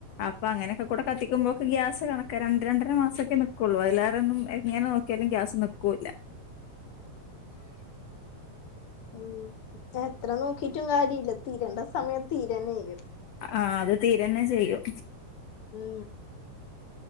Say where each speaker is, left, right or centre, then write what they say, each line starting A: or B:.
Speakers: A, on the left; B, on the left.
A: അപ്പൊ അങ്ങനെയൊക്കെ കൂടെ കത്തിക്കുമ്പോ ഗ്യാസ് കണക്ക രണ്ട രണ്ടര മാസൊക്കെ കൊള്ളുവല്ലാരൊന്നും എങ്ങനെ നോ ഒരിക്കലും ഗ്യാസ് നിൽക്കൂല്ല
B: ഉ എത്ര നോക്കിട്ടും കാര്യ ഇല്ല തീരേണ്ട സമയത്ത് തീരനും
A: ആഹ് അത് തീരന്നെ ചെയ്യും
B: ഉ